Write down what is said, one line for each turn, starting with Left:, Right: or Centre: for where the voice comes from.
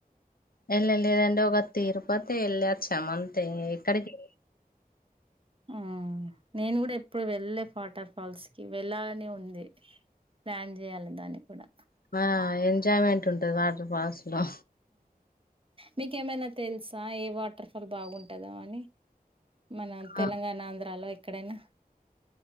Left: వెళ్ళ లేదండి ఒక తిరుపతే వెళ్లోవచ్చాం అంతే ఏక్కడికి
Right: మమ్ నేను కూడా ఎప్పుడు వెళ్ళలె వాటర్ ఫాల్స్ కి వెళ్ళాలని ఉందీ ప్లాన్ చేయ్యాలి దాన్ని కూడా
Left: ఆ ఎంజాయ్మెంట్ ఉంటది వాటర్ ఫాల్స్ లో
Right: మీకేమైనా తెలుసా ఏ వాటర్ ఫాల్ బాగుంటదో అని మనం తెలంగాణ
Left: ఆ
Right: ఆంధ్రాలో ఎక్కడైనా